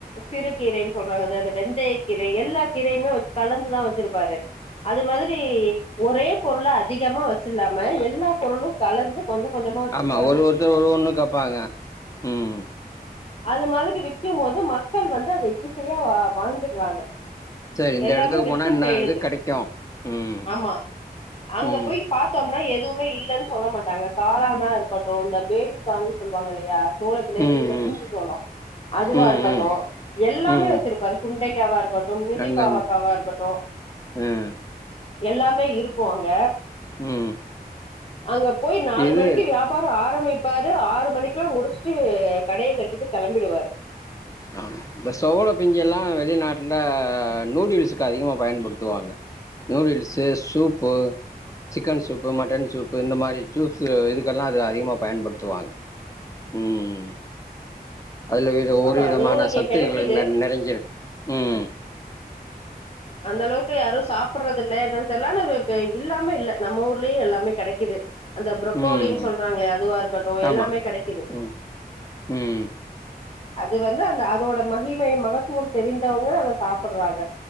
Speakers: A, on the left; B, on the left.
A: சிறு கீரைன் சொல்றாங்க அந்த அந்த வெந்தய கீரை எல்லா கீரையுமே வச்சு கலந்துதா வச்சிருப்பாரு அது மாதிரி ஒரே பொருள அதிகமா வச்சிலாம எல்லா பொருளு கலந்து கொஞ்சம் கொஞ்சமா வச்சிருப்பாரு
B: ஆமா ஒரு ஒருத்தர் ஒரு ஒண்ணு கேப்பாங்க ம்
A: அது மாதிரி விக்கு போது மக்கள் வந்து அத ஈஸியா வாங்கிட்றாங்க
B: சரி இந்த
A: எல்லாமே
B: எடத்துக்கு
A: வித்து
B: போனா என்ன
A: போய்டுது
B: இது கெடைக்கு ம்
A: ஆமா அங்க
B: ம்
A: போயி பாத்தோம்னா எது எதுவுமே இல்லன் சொல்ல மாட்டாங்க காளானா இருக்கட்டு அந்த பேபி கான் சொல்வாங்க இல்லையா சோளத்திலே
B: ம்
A: சின்ன
B: ம்
A: பிஞ்சி சோளோ அதுவா
B: ம்
A: இருக்கட்டு
B: ம்
A: எல்லாமே
B: ம்
A: வச்சிருப்பாரு சுண்டைக்காவா இருக்கட்டு மிதி
B: அங்க
A: பாவக்காவா இருக்கட்டு
B: ம்
A: எல்லாமே இருக்கு அங்க
B: ம்
A: அங்க போய் நாலு
B: இது
A: மணிக்கு வியாபாரோ ஆரமிப்பாரு ஆறு மணிக்ல்லா முடிச்சுட்டு கடைய கட்டிட்டு கெளம்பிடுவாரு
B: ஆமா இந்த சோள பிஞ்சி எல்லா வெ வெளிநாட்ல நூடுல்ஸ்க்கு அதிகமா பயன்படுத்துவாங்க noodles soup chicken soup mutton soup இந்த மாரி ஜூஸ்சு இதுக்கெல்லா அது அதிகமா பயன் படுத்துவாங்க ம் அதுல விட ஒரு
A: ஆமா
B: விதமான
A: அதுவு இங்க
B: சத்துகள்
A: கெடைக்குது
B: நிறைஞ்சிருக் ம்
A: அந்த அளவுக்கு யாரும் சாப்பிறதுல்ல அதா தெருஞ் ல்லானு வே இல்லாம இல்ல நம்ம ஊர்லயும் எல்லாமே கிடைக்குது அந்த
B: ம்
A: புரொக்கோலின்னு
B: ம்
A: சொல்றாங்களோ அதுவா இருக்கட்டும்
B: ஆமா
A: எல்லாமே கிடைக்கிது
B: ம் ம்
A: அது வந்து அந்த அதோட மகிமை மகத்துவம் தெரிந்தவங்க அதை சாப்பிடுறாங்க